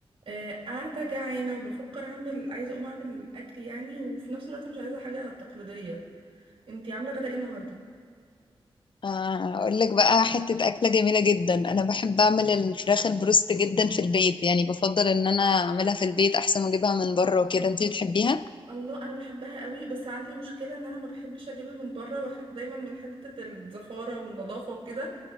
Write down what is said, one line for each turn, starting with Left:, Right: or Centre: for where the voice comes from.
Right: آه، قاعدة جعانة وبفكر أعمل عايزة أقوم أعمل أكل يعني وفي نفس الوقت مش عايزة حاجة تقليدية أنتي عاملة غدا إيه النهاردة؟
Left: آه، اقول لك بقى حتة أكلة جميلة جدا انا بحب اعمل الفراخ البروست جدا في البيت يعني بفضل ان انا اعملها في البيت احسن ما اجيبها من بره وكده انتي بتحبيها
Right: الله أنا بحبها قوي بس عندي مشكلة إن أنا ما بحبش أجيبها من بره بخاف دايما من حتة الزفارة والنظافة وكده